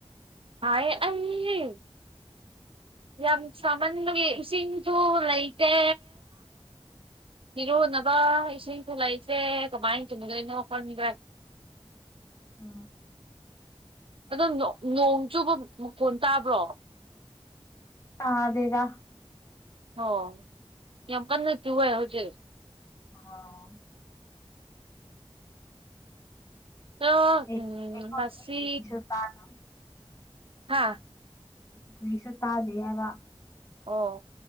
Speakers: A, on the right; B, on the left.
A: ꯁꯥꯏꯌꯦ ꯑꯩ ꯌꯥꯝ ꯁꯥꯃꯟꯕꯒꯤ ꯏꯁꯤꯡꯁꯨ ꯂꯩꯇꯦ ꯏꯔꯨꯅꯕ ꯏꯁꯤꯡꯁꯨ ꯂꯩꯇꯦ ꯀꯃꯥꯏ ꯇꯨꯝꯗꯣꯏꯅꯣ ꯈꯪꯗ꯭ꯔꯦ
B: ꯑ
A: ꯑꯗꯣ ꯅꯣ ꯅꯣꯡ ꯆꯨꯕ ꯃꯈꯣꯟ ꯇꯥꯕ꯭ꯔꯣ
B: ꯇꯥꯗꯦꯗ
A: ꯑꯣ ꯌꯥꯝ ꯀꯟꯅ ꯇꯨꯋꯦ ꯍꯧꯖꯤꯛ
B: ꯑꯥ
A: ꯍꯣ
B: ꯑꯩ
A: ꯎꯝ
B: ꯑꯩꯈꯣꯏꯗꯤ
A: ꯃꯁꯤ
B: ꯀꯔꯤꯁꯨ ꯇꯥꯗꯦ
A: ꯍꯥꯥ
B: ꯀꯔꯤꯁꯨ ꯇꯥꯗꯦ ꯍꯥꯏꯕ
A: ꯑꯣ